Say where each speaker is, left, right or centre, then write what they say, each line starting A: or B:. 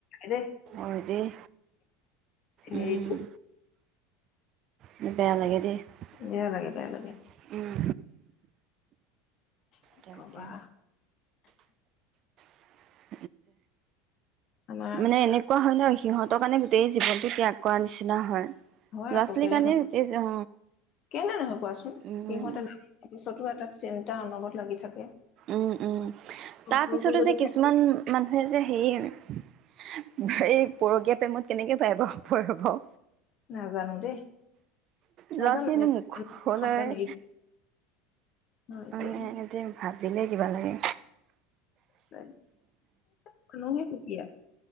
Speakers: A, on the left; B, on the right.
A: দেই
B: হয় দেই।
A: চিনেৰীটো
B: উম । বেয়া লাগে দেই ।
A: বেয়া লাগে বেয়া লাগে
B: উম
A: কি
B: তাকে।
A: ক'বা!
B: <unintelligible>
A: আমাৰ
B: মানে এনেকুৱা হয় ন সিহঁত কাৰণে গোটেই জীৱনটো ত্যাগ কৰা নিচিনা হয়। ল'ৰা-ছোৱালীৰ
A: হয় আকৌ কেলে
B: কাৰণে
A: নহয়
B: গোটেই
A: কেলে নহয় কোৱাচোন?
B: উম,
A: সিহঁতে <unintelligible> পাছতো এটা চিন্তা অনবৰত লাগি থাকে।
B: উম উম। তাৰপিছতো
A: ঘৰতো যদি
B: যে কিছুমান
A: থাকে
B: মানুহে যে সেই এই পৰকীয়া প্ৰেমত কেনেকে পাই বাউ, পৰে বাৰু!
A: নাজানো দেই
B: ল'ৰা-ছোৱালী
A: নাজানো আমি
B: মুখলৈ
A: সন্তান এৰি হয়
B: মানে
A: দিয়া
B: এতিয়া ভাবিলে কিবা লাগে!
A: সেই মানুহে সুকীয়া